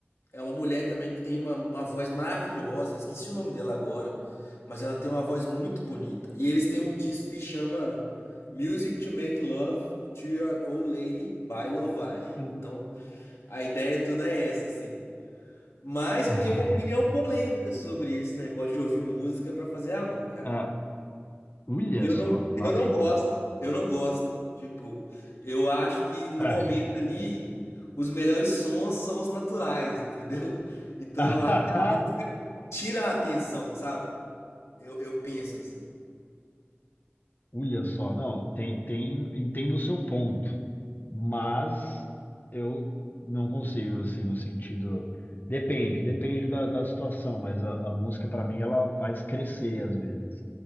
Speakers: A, on the left; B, on the left.
A: É uma mulher também que tem uma, uma voz maravilhosa, esqueci o nome dela agora, mas ela tem uma voz muito bonita. E eles têm um disco que chama Music to Make Love to Your Old Lady by Lovage.
B: o-
A: Então, a ideia toda é essa, assim. Mas eu
B: <laughs>
A: tenho uma opinião polêmica sobre esse negócio de ouvir música pra fazer amor, cara.
B: Ah, olha
A: Eu
B: só,
A: não,
B: lá
A: eu
B: vem.
A: não gosto, eu não gosto. Tipo, eu acho que no
B: <laughs>
A: momento ali, os melhores sons são os naturais, entendeu? Então
B: <laughs>
A: eu acho que a música tira a atenção, sabe? Eu, eu penso assim.
B: Olha só, não, tem, tem, entendo o seu ponto, mas eu não consigo, assim, no sentido. Depende, depende da, da situação, mas a, a música, para mim, ela faz crescer às vezes.